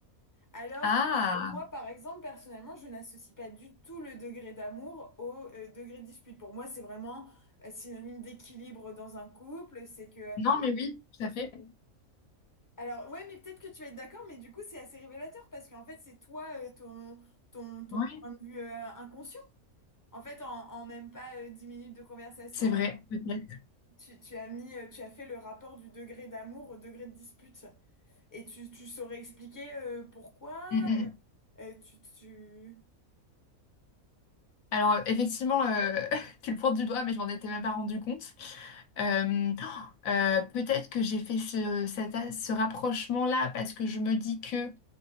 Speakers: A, on the left; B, on the left.
A: Alors,
B: Ah
A: moi, par exemple, personnellement, je n'associe pas du tout le degré d'amour au euh, degré de dispute. Pour moi, c'est vraiment euh, synonyme d'équilibre dans un couple. C'est que...
B: non, mais oui, tout à fait.
A: Alors, ouais, mais peut-être que tu vas être d'accord, mais du coup, c'est assez révélateur parce qu'en fait, c'est toi, euh, ton, ton, ton
B: Oui,
A: point de vue euh, inconscient. En fait, en, en même pas euh, 10 minutes de conversation,
B: c'est vrai, peut-être.
A: euh, tu, tu as mis, euh, tu as fait le rapport du degré d'amour au degré de dispute. Et tu, tu saurais expliquer euh, pourquoi
B: Mm, mm. mm.
A: euh, tu, tu...
B: Alors, euh, effectivement, euh, <laughs> tu le pointes du doigt, mais je m'en étais même pas rendu compte. Euh, oh, euh, peut-être que j'ai fait ce, cet a- ce rapprochement-là parce que je me dis que